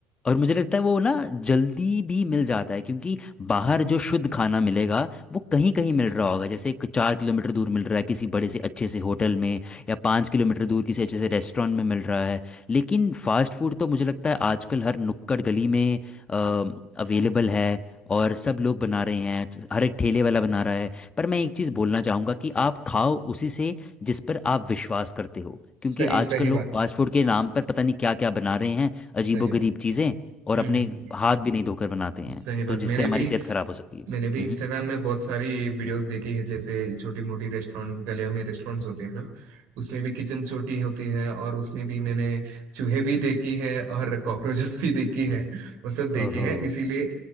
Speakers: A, on the left; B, on the right.
A: और मुझे लगता है वो ना जल्दी भी मिल जाता है क्योंकि बाहर जो शुद्ध खाना मिलेगा वो कहीं कहीं मिल रहा होगा जैसे एक चार किलोमीटर दूर मिल रहा है किसी बड़े से अच्छे से होटल में या पाँच किलोमीटर दूर किसी अच्छे से रेस्टोरेंट में मिल रहा है लेकिन फास्ट फूड तो मुझे लगता है आजकल हर नुक्कड़ गली में अवेलेबल है और सब लोग बना रहे हैं हर एक ठेले वाला बना रहा है पर मैं एक चीज़ बोलना चाहूँगा कि आप खाओ उसी से जिस पर आप विश्वास करते हो क्योंकि
B: सही
A: आजकल
B: सही
A: लोग
B: बात
A: फास्ट फूड के नाम पर पता नहीं क्या क्या बना रहे हैं अजीबोगरीब
B: सही बात
A: चीज़ें और
B: हम्म
A: अपने
B: हम्म,
A: हाथ भी नहीं धोकर बनाते हैं
B: सही बात
A: तो जिससे
B: मैंने
A: हमारी
B: भी
A: सेहत खराब हो सकती है
B: मैंने भी
A: हम्म
B: इंस्टाग्राम में बहुत सारी वीडियोस देखी है जैसे छोटी मोटी रेस्टोरेंट गलियों में रेस्टोरेंट्स होते हैं ना उसमें भी किचन छोटी होती है और उसमें भी मैंने चूहे भी देखी है और कॉकरोचेस भी देखी है वो सब देखी
A: ओहो
B: है इसीलिए